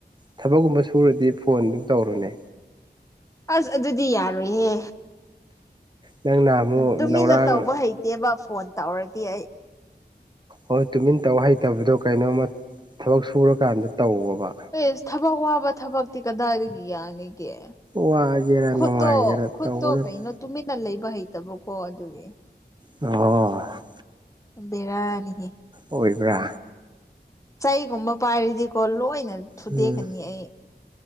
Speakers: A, on the right (about 25°); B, on the left (about 20°).
A: ꯊꯕꯛꯀꯨꯝꯕ ꯁꯨꯔꯗꯤ ꯐꯣꯟ ꯑꯗꯨꯝ ꯇꯧꯔꯨꯅꯦ
B: ꯑꯁ ꯑꯗꯨꯗꯤ ꯌꯥꯔꯣꯏꯍꯦ
A: ꯅꯪꯅ ꯑꯃꯨꯛ
B: ꯇꯨꯃꯤꯟꯅ
A: ꯂꯧꯔꯥꯡ
B: ꯇꯧꯕ ꯍꯩ ꯏ ꯇꯦꯕ ꯐꯣꯟ ꯇꯧꯔꯗꯤ ꯑꯩ
A: ꯍꯣꯏ ꯇꯨꯃꯤꯟ ꯇꯕ ꯍꯩꯇꯕꯗꯣ ꯀꯩꯅꯣꯝꯃ ꯊꯕꯛ ꯁꯨꯔꯀꯥꯟꯗ ꯇꯧꯕ
B: ꯑꯦꯁ ꯊꯕꯛ ꯋꯥꯕ ꯊꯕꯛꯇꯤ ꯀꯗꯥꯏꯗꯒꯤ ꯌꯥꯅꯤꯒꯦ
A: ꯋꯥꯒꯦꯔꯥ
B: ꯈꯨꯣꯠꯇꯣ
A: ꯅꯨꯡꯉꯥꯏꯒꯦꯔꯥ
B: ꯈꯨꯣꯠꯇꯣ
A: ꯇꯧꯒꯗꯕꯅꯤ
B: ꯀꯩꯅꯣ ꯇꯨꯃꯤꯠꯟꯅ ꯂꯩꯕ ꯍꯩꯇꯕꯀꯣ ꯑꯗꯨꯒꯤ
A: ꯑ
B: ꯕꯤꯔꯅꯤꯍꯦ
A: ꯑꯣꯏꯕ꯭ꯔꯥ
B: ꯆꯩꯒꯨꯝꯕ ꯄꯥꯏꯔꯤꯗꯤꯀꯣ ꯂꯣꯏꯅ ꯊꯨꯗꯦꯛꯀꯅꯤ
A: ꯎꯝ
B: ꯑꯩ